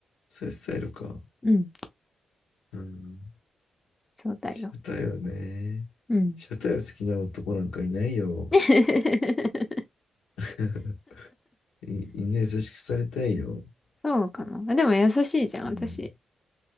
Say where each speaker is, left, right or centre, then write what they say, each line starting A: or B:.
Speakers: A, on the left; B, on the left.
A: そういうスタイルか。
B: うん。
A: うん。
B: そうだよ。
A: シャタイはね。
B: うん。
A: シャタイは好きな男なんかいないよ。
B: <laughs>
A: <laughs> い、みんな優しくされたいよ。
B: そうかな。あでも優しいじゃん、
A: うん。
B: 私。